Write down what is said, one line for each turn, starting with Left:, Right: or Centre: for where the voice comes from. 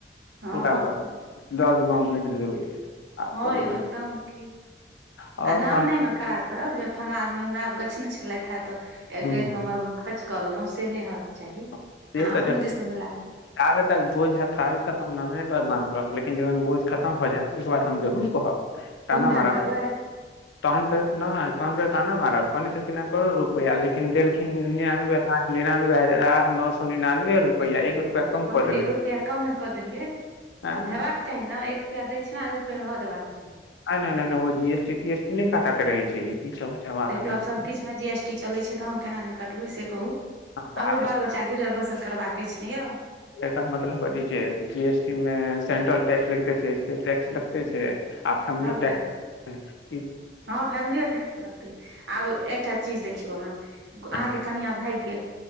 Right: अहाँ
Left: पूरा
Right: हँ
Left: दस गाँंव बाइट देबै आ
Right: हँ
Left: करोड़
Right: यौ एकदम की
Left: आओर
Right: आ नाम
Left: तहन
Right: नै हम खराब करब जे फल्ला आदमी हमरा गछ ने छलथि हे तऽ एकटा
Left: हुँ
Right: एक हम खर्च कऽ लेलहुँ से नहि हेबाक चाही
Left: से
Right: अहाँ अपनो
Left: त तखनी
Right: दिससँ मिला कऽ
Left: जाबे तक भोज हैत ताबे तक हम नाम नय बदना करब लेकिन जखन बोझ खतम भऽ जायत ओहिके बाद हम जरूर कहब ताना
Right: गुणगान
Left: मारब
Right: करबै
Left: तहन नय तहन त ताना मारब कहने छलखिन करोड़ रुपैआ लेकिन देलखिन नरानबे लाख नरानबे हजार आठ नो निनानबे रुपैया एक
Right: हँ तऽ
Left: देलखिन
Right: एक रुपैया कमे कऽ देलियै
Left: आँय
Right: हेबाक चाही न एक रुपैआ दछिना फेर रह देबाक चाही
Left: नहि नहि नहि नहि ओ G S T T S T नहि काटअ क रहै छै ई सब अच्छा बात
Right: देखियौ
Left: नहि
Right: आब सभ किछ मे जी एस टी चलै छै त हम केना नइ कटबै से कहू
Left: हँ तऽ
Right: हमरो बाल बच्चाके गुजर बसर करबाक अछि ने यौ
Left: एकर मतलब अथी छै जी एस टी मे सेंट्रल टैक्स लगते छै स्टेट टैक्स लगते छै आब फेमलियो
Right: सभटा
Left: टेक्स देबै
Right: हँ फैमिलिओ टैक्स लगतै आब एकटा चीज देखियौ अहाँ अहाँके
Left: हँ
Right: कनियाँ भाइग गेल